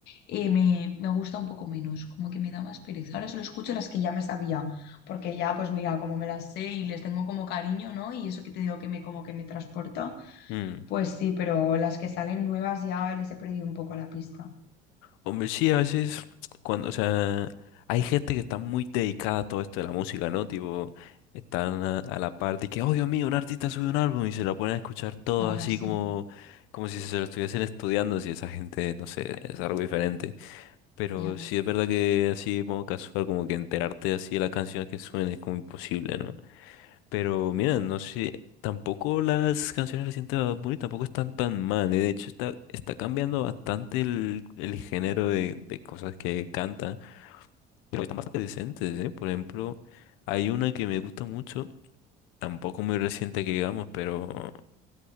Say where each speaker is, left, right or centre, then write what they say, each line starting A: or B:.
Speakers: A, on the left (about 50°); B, on the left (about 75°).
A: eh, me, me gusta un poco menos, como que me da más pereza. Ahora solo escucho las que ya me sabía, porque ya, pues mira, como me las sé y les tengo como cariño, ¿no? Y eso que te digo que me como que me transporta,
B: Mm.
A: pues sí, pero las que salen nuevas ya les he perdido un poco la pista.
B: Hombre, sí, a veces, cuando, o sea, hay gente que está muy dedicada a todo esto de la música, ¿no? Tipo, están a, a la par de que, oh Dios mío, un artista sube un álbum y se lo ponen a escuchar todo
A: Ah,
B: así
A: sí,
B: como, como si se lo estuviesen estudiando, si esa gente, no sé, es algo diferente. Pero
A: ya.
B: sí es verdad que así, como casual, como que enterarte así de las canciones que suenen es como imposible, ¿no? Pero mira, no sé, tampoco las canciones recientes de Bad Bunny tampoco están tan mal, eh, De hecho, está, está cambiando bastante el, el género de, de cosas que canta, pero están bastante decentes, ¿eh? Por ejemplo, hay una que me gusta mucho, tampoco muy reciente que digamos, pero...